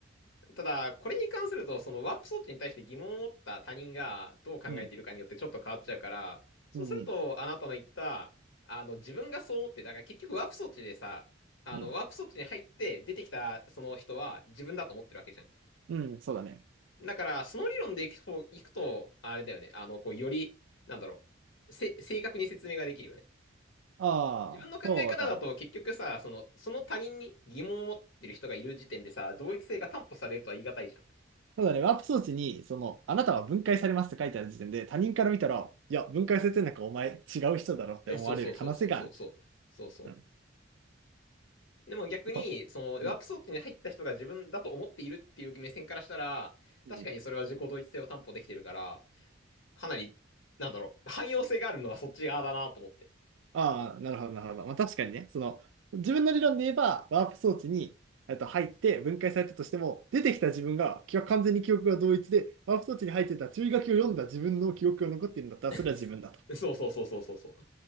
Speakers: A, on the left (about 75°); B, on the right (about 75°).
A: ただ、これに関すると、そのワープ装置に対して疑問を持った他人がどう考えているかによってちょっと変わっちゃうから、
B: うん。
A: そうすると、
B: うん。うん。うん。
A: あなたの言った、あの、自分がそう思って、だから結局ワープ装置でさ、あの、
B: うん
A: ワープ装置に入って出てきたその人は自分だと思ってるわけじゃん。
B: うん、そうだね。
A: だから、その理論でいくと、いくとあれだよね、あの、こう、より、なんだろう、せ、正確に説明ができるよね。
B: ああ、
A: 自分の考え方だと結局さ、
B: そうだ。
A: その、その他人に疑問を持ってる人がいる時点でさ、同一性が担保されるとは言い難いじゃん。
B: そうだね。ワープ装置に、その、あなたは分解されますって書いてある時点で、他人から見たら、いや、分解されてんなんかお前違う人だろって思われる可能性がある。
A: え、そうそうそうそうそうそう。そうそ
B: うん。
A: う。でも逆に、
B: そ
A: その、ワープ装置に入った人が自分だと思っているっていう目線からしたら、
B: ううんうん、
A: 確かにそれは自己同一性を担保できてるから、かなり、なんだろう、汎用性があるのはそっち側だなと思って。
B: ああ、なるほど、なるほど。まあ確かにね、その、自分の理論で言えば、ワープ装置に、えっと、入って分解されたとしても、出てきた自分が、記憶完全に記憶が同一で、ワープ装置に入ってた注意書きを読んだ自分の記憶が残っているんだったら、
A: <laughs>
B: それは自分だと。
A: そうそうそうそうそうそ